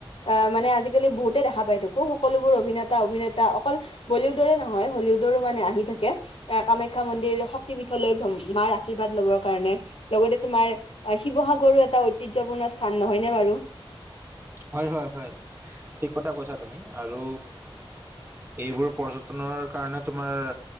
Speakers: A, on the left; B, on the right.
A: অ মানে আজিকালি বহুতে দেখা পায় থাকো। সকলোবোৰ অভিনেতা অভিনেতা অকল বলিউডৰে নহয় হলিউডৰো মানে আহি থাকে। এ কামাখ্যা মন্দিৰ শক্তি পীঠলৈ মাৰ আশীৰ্বাদ লবৰ কাৰণে লগতে। তোমাৰ শিৱসাগৰো এটা ঐতিহ্যপূৰ্ণ স্থান নহয়নে বাৰু?
B: <inaudible> হয় হয় হয়, ঠিক কথা কৈছা তুমি আৰু এইবোৰ পৰ্যটনৰ কাৰণে তোমাৰ